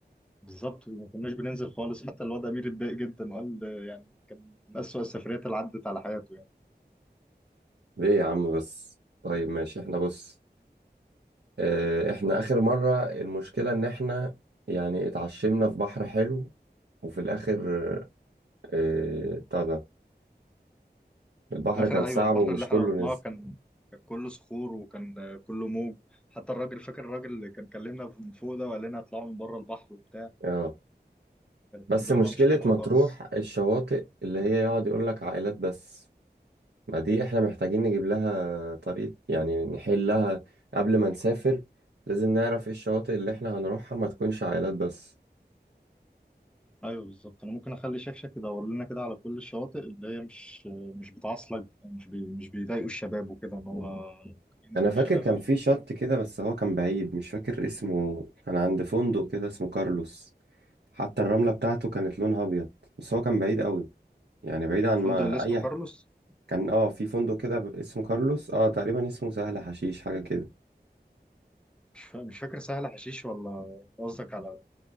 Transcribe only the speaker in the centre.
بالظبط وما كناش بننزل خالص حتى الواد امير اتضايق جدا وقال آه، يعني كان من اسوأ السفريات اللي عدت على حياته يعني
في الاخر
ايوه البحر
اللي احنا
رحناه
كان كان كله صخور وكان آه، كله موج حتى الراجل فاكر الراجل اللي كان كلمنا من فوق ده وقال لنا اطلعوا من بره البحر وبتاع
كانت
تجربة
مش حلوة
خالص
ايوه بالظبط انا ممكن اخلي شكشك يدور لنا كده على كل الشواطئ اللي هي مش مش بتعصلك مش بي مش بيضايقوا الشباب وكده ان هو ينزلوا
شباب
عادي
الفندق
اللي اسمه
كارلوس
مش فا- مش فاكر سهل حشيش ولا قصدك على